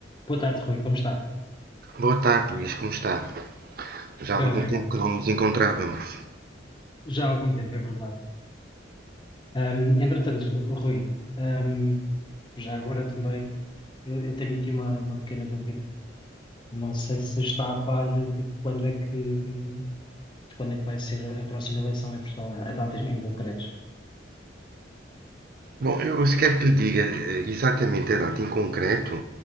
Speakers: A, on the left (about 25°); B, on the right (about 50°).
A: Boa tarde, Rui. Como está?
B: Boa tarde, Luís, como está? Já
A: Bem,
B: há algum
A: obrigado.
B: tempo que não nos encontrávamos.
A: Já há algum tempo, é verdade. Ahm, entretanto, Rui, ahm, já agora também eu, eu tenho aqui uma, uma pequena dúvida. Não sei se está a par de quando é que, de quando é que vai ser a próxima eleição em Portugal, a a data em concreto.
B: Bom, eu se quer que lhe diga eh, exatamente a data em concreto,